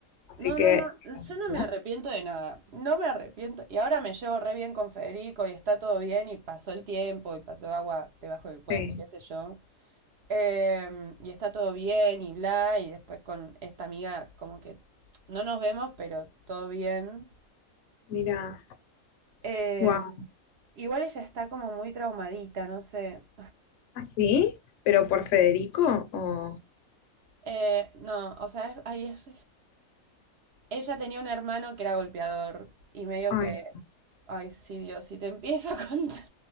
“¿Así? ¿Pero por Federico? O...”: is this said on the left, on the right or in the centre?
Left